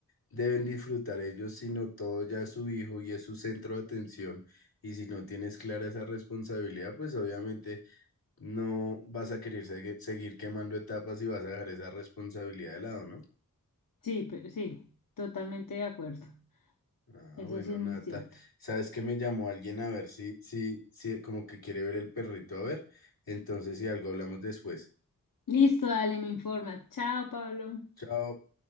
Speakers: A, on the left (about 85°); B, on the left (about 65°).
A: deben disfrutar ellos, sino todo ya es su hijo y es su centro de atención. Y si no tienes clara esa responsabilidad, pues obviamente no vas a querer segui- seguir quemando etapas y vas a dejar esa responsabilidad de lado, ¿no?
B: Sí, pero sí, totalmente de acuerdo.
A: Ah,
B: Eso
A: bueno,
B: sí es
A: Nata,
B: muy cierto.
A: sabes que me llamó alguien a ver si, si, si, como que quiere ver el perrito, a ver. Entonces, si algo hablamos después.
B: Listo, dale, me informa. Chao, Pablo.
A: Chao.